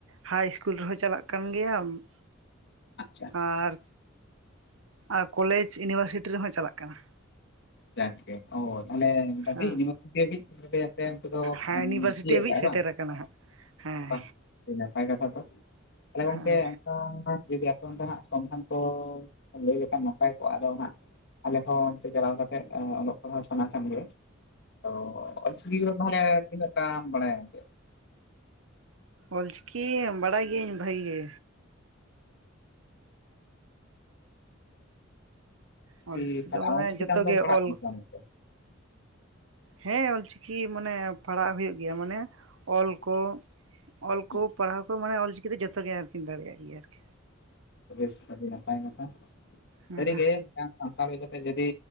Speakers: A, on the right; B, on the left.
A: ᱦᱟᱭ ᱤᱥᱠᱩᱞ ᱨᱮᱦᱚᱸ ᱪᱟᱞᱟᱜ ᱠᱟᱱ ᱜᱮᱭᱟ ᱩᱸ ᱼᱼ
B: ᱟᱪᱪᱷᱟ᱾
A: ᱟᱨ ᱟᱨ ᱠᱚᱞᱮᱡᱽ ᱤᱭᱩᱱᱤᱵᱷᱟᱨᱥᱤᱴᱤ ᱨᱮᱦᱚᱸ ᱪᱟᱞᱟᱜ ᱠᱟᱱᱟ᱾
B: ᱡᱟᱠ ᱜᱮ ᱚ ᱛᱟᱦᱞᱮ
A: ᱦᱮᱸ
B: ᱤᱭᱩᱱᱤᱵᱷᱟᱨᱥᱤᱴᱤ ᱦᱟᱹᱵᱤᱡᱽ ᱛᱟᱞᱦᱮ ᱯᱮ ᱼᱼ ᱛᱟᱞᱦᱮ ᱱᱤᱛᱚ ᱫᱚ
A: ᱦᱮᱸ
B: ᱟᱸ
A: ᱤᱭᱩᱱᱤᱵᱷᱟᱨᱥᱤᱴᱤ
B: ᱛᱤᱭᱟᱹᱜ
A: ᱦᱟᱹᱵᱤᱡ
B: ᱠᱟᱜᱼᱟᱭ
A: ᱥᱮᱴᱮᱨ ᱟᱠᱟᱱᱟ ᱦᱟᱸᱜ ᱦᱮᱸ
B: ᱵᱟᱝ ᱟᱹᱰᱤ ᱱᱟᱯᱟᱭ ᱠᱟᱛᱷᱟ ᱛᱚ᱾ ᱛᱟᱞᱦᱮ
A: ᱦᱮᱸ
B: ᱜᱚᱝᱠᱮᱼᱼ ᱟᱸ ᱡᱩᱫᱤ ᱟᱯᱮ ᱚᱱᱛᱮ ᱱᱟᱜ ᱥᱚᱱᱫᱷᱟᱱ ᱠᱚ ᱞᱟᱹᱭ ᱞᱮᱠᱷᱟᱱ ᱱᱟᱯᱟᱭ ᱠᱚᱜᱼᱟ ᱟᱫᱚ ᱦᱟᱸᱜᱼᱼ ᱟᱞᱮ ᱦᱚᱸ ᱥᱮ ᱪᱟᱞᱟᱣ ᱠᱟᱛᱮᱼᱼ ᱚᱞᱚᱜ ᱯᱟᱲᱦᱟᱣ ᱥᱟᱱᱟ ᱠᱟᱱ ᱜᱮ ᱛᱚ ᱚᱞᱪᱤᱠᱤ ᱫᱚ ᱛᱟᱦᱞᱮᱼᱼ ᱛᱤᱱᱟᱹᱜ ᱴᱟᱢ ᱵᱟᱲᱟᱭᱟ ᱜᱚᱢᱠᱮ?
A: ᱚᱞ ᱪᱤᱠᱤ ᱵᱟᱲᱟᱭ ᱜᱤᱭᱟᱹᱟᱹᱧ ᱵᱷᱟᱜᱤ ᱜᱮ᱾
B: ᱪᱤᱠᱤ
A: ᱚᱞᱪᱤᱠᱤ
B: ᱛᱟᱦᱞᱮ
A: ᱫᱚ ᱢᱟᱱᱮ
B: ᱟᱢ ᱚᱞᱪᱤᱠᱤ
A: ᱡᱚᱛᱚ
B: ᱛᱮ ᱟᱢᱫᱚᱢ
A: ᱜᱮ
B: ᱯᱟᱲᱦᱟᱜ
A: ᱚᱞ
B: ᱠᱟᱱᱟ ᱥᱮ ᱵᱟᱝ ᱜᱚᱢᱠᱮᱼᱼ
A: ᱦᱮᱸ ᱚᱞᱪᱤᱠᱤ ᱢᱟᱱᱮ ᱯᱟᱲᱦᱟᱜ ᱦᱩᱭᱩᱜ ᱜᱮᱭᱟ ᱢᱟᱱᱮ ᱚᱞ ᱠᱚᱼᱼ ᱚᱞ
B: ᱦᱩᱸ,
A: ᱠᱩ ᱯᱟᱲᱦᱟᱣ ᱠᱩ ᱢᱟᱱᱮ ᱚᱞ ᱪᱤᱠᱤ ᱫᱚ ᱡᱚᱛᱚᱜᱮ ᱟᱨᱠᱤᱱ ᱫᱟᱲᱮᱭᱟᱜ ᱜᱮᱭᱟ ᱟᱨᱠᱤᱼᱼ
B: ᱵᱮᱥ ᱟᱹᱰᱤ ᱱᱟᱯᱟᱭ ᱱᱟᱯᱟᱭ
A: ᱦᱮᱸ
B: ᱥᱟᱹᱨᱤᱜᱮ
A: ᱦᱮᱸ
B: ᱢᱤᱫᱴᱟᱝ ᱥᱟᱱᱛᱟᱲ ᱦᱩᱭ ᱠᱟᱛᱮᱜ ᱡᱩᱫᱤᱼᱼ